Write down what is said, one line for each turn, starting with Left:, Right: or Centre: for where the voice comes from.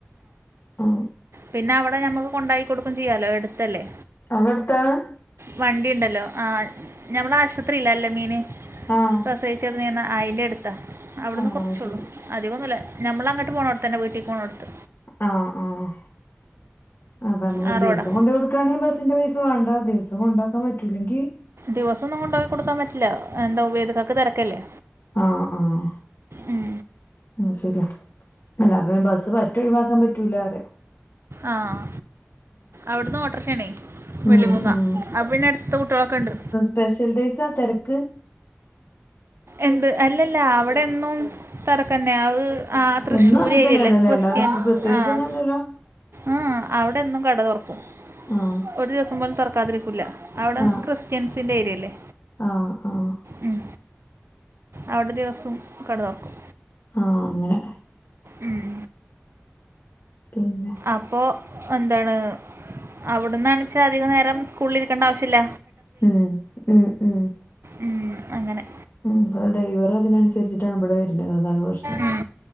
Left: ഉം
Right: പിന്നവടെ ഞമ്മക്ക് കൊണ്ടാക്കി കൊടുക്കും ചെയ്യാലോ എട്ത്തല്ലേ?
Left: അവ്ടെട്ത്താണെ?
Right: വണ്ടിണ്ടല്ലോ ആഹ് ഞമ്മളെ ആശുപത്രില്ലേ അൽ അമീന്
Left: ആഹ്
Right: പ്രസവിച്ച് കെട്ന്നീന്ന? അയിൻ്റെട്ത്താ അവ്ട്ന്ന്
Left: ആഹ്
Right: കൊറച്ചൊള്ളൂ
Left: ശരി
Right: അധികൊന്നുല്ല ഞമ്മളങ്ങട്ട് പോണോട്ത്ത്ന്നെ വീട്ടിക്കി പോണോട്ത്ത്.
Left: ആഹ് ആഹ് അതമ്മള്
Right: ആ റോഡാ
Left: ദിവസം കൊണ്ടൊയൊട് ക്കാണെ ബസ്സിന്റെ പൈസ വാണ്ട ദിവസം കൊണ്ടാക്കാ പറ്റൂലെങ്കി --
Right: ദിവസൊന്നും കൊണ്ടാക്കി കൊടുക്കാം പറ്റില്ല എന്താ ഉബൈദ്ക്കാക്ക് തെരക്കല്ലേ
Left: ആഹ് ആഹ്
Right: ഉം
Left: ഉം ശെരിയാ അല്ല അപ്പപിന്നെ ബസ്സ്പറ്റെ ഒഴിവാക്കാ പറ്റൂലാറ്യ
Right: ആഹ് അവ്ട്ന്ന് ഓട്രഷേണെ വെള്ളിമൂങ്ങ
Left: ഉം ഉം
Right: അപ്പപിന്നട്ത്ത് കുട്ട്യോളൊക്കെണ്ട്
Left: സ്പെഷ്യല് ഡൈസാ തെരക്ക്?
Right: എന്ത് എല്ലല്ല അവ്ടെന്നും തെരക്കന്നെയാ അഹ് ആ തൃശ്ശൂരേരിയല്ലേ
Left: എന്നും അങ്ങനെ തന്നെയാണല്ലോ
Right: ക്രിസ്ത്യൻസ്
Left: അല്ലാതെ ഇപ്പൊ പ്രത്യേകിച്ചൊന്നുംല്ലല്ലോ
Right: ആഹ് എഹ് ഹ് അവടെന്നും കട തൊറക്കും
Left: ആഹ്
Right: ഒരു ദിവസം പോലും തൊറക്കാതിരിക്കൂല അവ്ടെ
Left: ആഹ്
Right: ക്രിസ്ത്യൻസിന്റേരിയല്ലേ?
Left: ആഹ് ആഹ്
Right: ഉം അവടെ ദിവസും കട തൊറക്കും
Left: ആഹ് അങ്ങനെ
Right: ഉം
Left: പിന്നെ
Right: അപ്പോ എന്താണ് അവിടന്നാണെച്ചാൽ അധിക നേരം സ്കൂളിരിക്കേണ്ട ആവശ്യല്ല
Left: ഉം ഉം ഉം
Right: ഉം, അങ്ങനെ
Left: ഉം ഇവിടെ ഡ്രൈവറെ അതിനനുസരിച്ചിട്ടാണ് ഇവിടെ വരുന്നത് അതാണ് പ്രശ്നം
Right: ഉം.